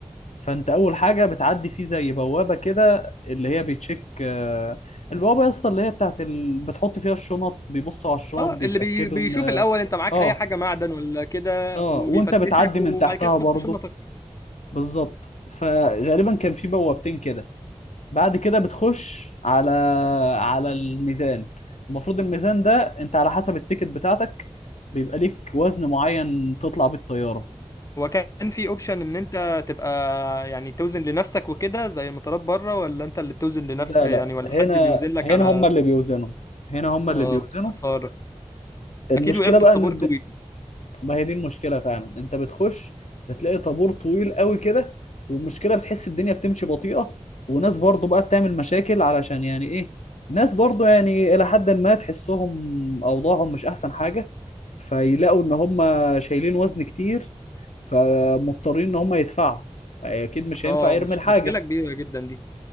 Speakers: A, on the left (about 80°); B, on the left (about 30°).
A: فانت اول حاجه بتعدي فيه زي بوابه كده اللي هي بيتشيك آه، البوابه يا اسطى اللي هي بتاعت ال... بتحط فيها الشنط بيبصوا على الشنط
B: اه
A: بيتاكدوا
B: اللي بي بيشوف
A: ان
B: الاول انت معاك
A: اه
B: اي حاجه معدن ولا كده
A: اه
B: وبيفتشك
A: وانت بتعدي من
B: وبعد
A: تحتها
B: كده تحط
A: برضه
B: شنطك
A: بالظبط فغالبا كان في بوابتين كده بعد كده بتخش على على الميزان المفروض الميزان ده انت على حسب التيكت بتاعتك بيبقى ليك وزن معين تطلع بيه الطياره
B: هو كان في اوبشن ان انت تبقى يعني توزن لنفسك وكده زي المطارات بره ولا انت اللي بتوزن لنفس
A: لا
B: يعني
A: لا
B: ولا
A: هنا
B: حد بيوزن لك
A: هنا
B: على
A: هم اللي بيوزنوا هنا هم
B: اه
A: اللي بيوزنوا
B: خساره
A: فالمشكله
B: اكيد وقفت
A: بقى
B: في طابور
A: ان الد...
B: طويل
A: ما هي دي المشكله فعلا انت بتخش بتلاقي طابور طويل قوي كده والمشكله بتحس الدنيا بتمشي بطيئه وناس برضو بقى بتعمل مشاكل علشان يعني ايه ناس برضو يعني الى حد ما تحسهم اوضاعهم مش احسن حاجه فيلاقوا ان هم شايلين وزن كتير فمضطرين ان هم يدفعوا اكيد مش هينفع
B: اه
A: يرمي
B: مش...
A: الحاجه
B: مشكله كبيره جدا دي